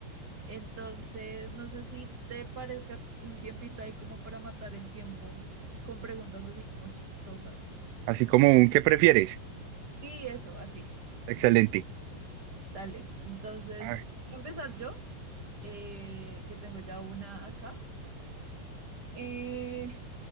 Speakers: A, on the right; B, on the right.
A: Entonces, no sé si te parezca un tiempito ahí como para matar el tiempo con preguntas así como chistosas.
B: Así como un ¿qué prefieres?
A: Sí, eso, así.
B: Excelente.
A: Dale. Entonces,
B: A ver,
A: voy a empezar yo, eh, que tengo ya una acá. Eh,